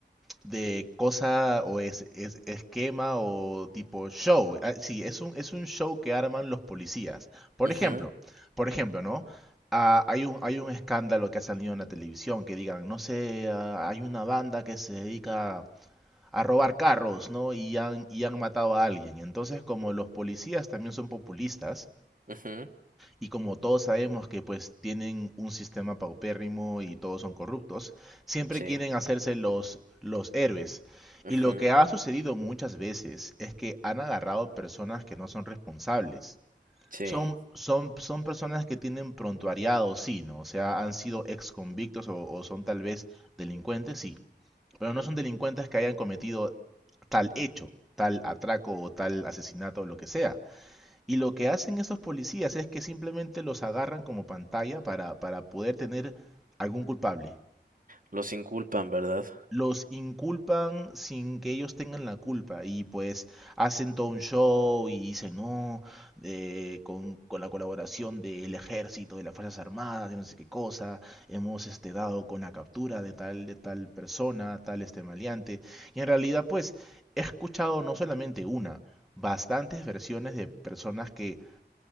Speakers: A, in the centre; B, on the right.
A: de cosa o es, es- esquema o tipo show. Ah, sí, es un, es un show que arman los policías. Por
B: Ujú,
A: ejemplo, por ejemplo, ¿no? Ah, hay un, hay un escándalo que ha salido en la televisión que digan, no sé, ah, hay una banda que se dedica a robar carros, ¿no? Y han, y han matado a alguien. Entonces, como los policías también son populistas,
B: ujú,
A: y como todos sabemos que pues tienen un sistema paupérrimo y todos son corruptos, siempre
B: sí,
A: quieren hacerse los, los héroes.
B: ujú,
A: Y lo que ha sucedido muchas veces es que han agarrado personas que no son responsables.
B: sí.
A: Son, son, son personas que tienen prontuariado, sí, ¿no? O sea, han sido ex convictos o, o son tal vez delincuentes, sí. Pero no son delincuentes que hayan cometido tal hecho, tal atraco o tal asesinato o lo que sea. Y lo que hacen estos policías es que simplemente los agarran como pantalla para, para poder tener algún culpable.
B: Los inculpan, ¿verdad?
A: Los inculpan sin que ellos tengan la culpa y pues hacen todo un show y dicen, no, de- con, con la colaboración del ejército, de las Fuerzas Armadas, de no sé qué cosa, hemos este, dado con la captura de tal, de tal persona, tal este maleante. Y en realidad pues he escuchado no solamente una, bastantes versiones de personas que